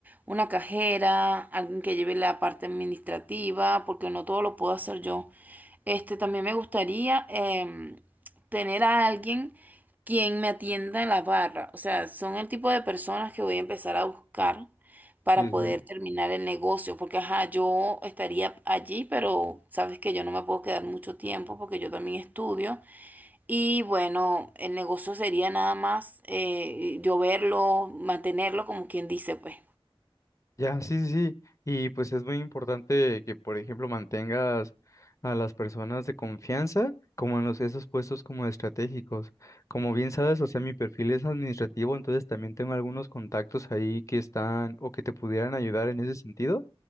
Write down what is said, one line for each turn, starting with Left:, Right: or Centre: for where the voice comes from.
Right: una cajera, alguien que lleve la parte administrativa, porque no todo lo puedo hacer yo. Este, también me gustaría em, tener a alguien quien me atienda en la barra. O sea, son el tipo de personas que voy a empezar a buscar para
Left: Sí,
Right: poder
Left: sí.
Right: terminar el negocio, porque ajá, yo estaría allí, pero sabes que yo no me puedo quedar mucho tiempo porque yo también estudio. Y bueno, el negocio sería nada más eh, yo verlo, mantenerlo, como quien dice, pues.
Left: Ya, sí, sí, sí. Y pues es muy importante que, por ejemplo, mantengas a las personas de confianza como en los, esos puestos como estratégicos. Como bien sabes, o sea, mi perfil es administrativo, entonces también tengo algunos contactos ahí que están o que te pudieran ayudar en ese sentido